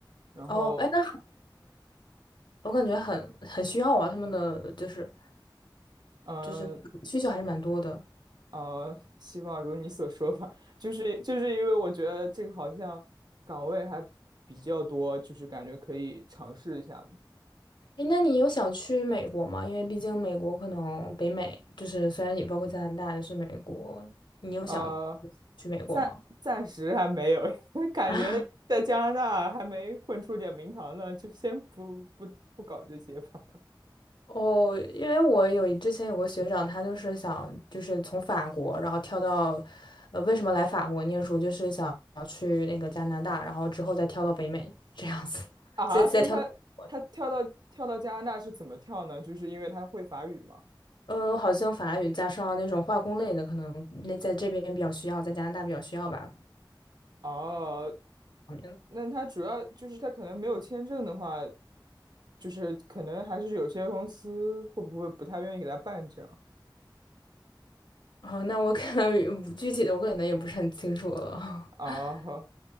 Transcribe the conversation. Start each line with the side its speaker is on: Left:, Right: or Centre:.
Right: 然后，
Left: 哦，哎，那我感觉很很需要啊，他们的就是
Right: 嗯
Left: 就是需求还是蛮多的。
Right: 呃，希望如你所说吧，<laughs> 就是就是因为我觉得这个好像岗位还比较多，就是感觉可以尝试一下嘛。
Left: 哎，那你有想去美国吗？因为毕竟美国可能北美就是虽然你包括加拿大，就是美国，你有想
Right: 呃
Left: 去美国吗？
Right: 暂暂时还没有，<laughs> 感觉在加拿大还没混出点名堂呢，
Left: <laughs>
Right: 就先不不不搞这些吧。
Left: 哦，因为我有之前有个学长，他就是想就是从法国，然后跳到，呃，为什么来法国念书，就是想去那个加拿大，然后之后再跳到北美这样子，
Right: 啊，
Left: 再再跳到美国
Right: 那他他跳到跳到加拿大是怎么跳呢？就是因为他会法语吗？
Left: 呃，好像法语加上那种化工类的，可能那在这边比较需要，在加拿大比较需要吧，
Right: 哦，
Left: 方面的。
Right: 那他主要就是他可能没有签证的话，就是可能还是有些公司会不会不太愿意给他办这样
Left: 啊，那我可能嗯具体的我可能也不是很清楚了。
Right: 啊？
Left: <laughs>
Right: 好